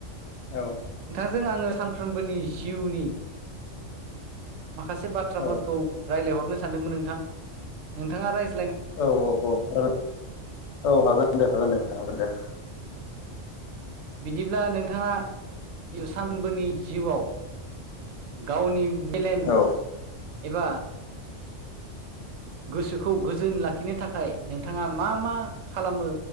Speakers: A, on the left (about 70°); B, on the right (about 85°).
A: औ।
B: जों आङो सानफ्रोमबोनि जिउनि माखासे बाथ्राफोरखौ
A: औ
B: रायलायहरनो सानदोंमोन नोंथां। नोंथाङा रायज
A: औ औ औ रायल औ हागोन दे हागोन दे नोंथां हागोन दे।
B: बिदिब्ला नोंथाङा जि सानबोनि जिउआव गावनि मेलेम
A: औ
B: एबा गोसोखौ गोजोन लाखिनो थाखाय नोंथाङा मा मा खालामो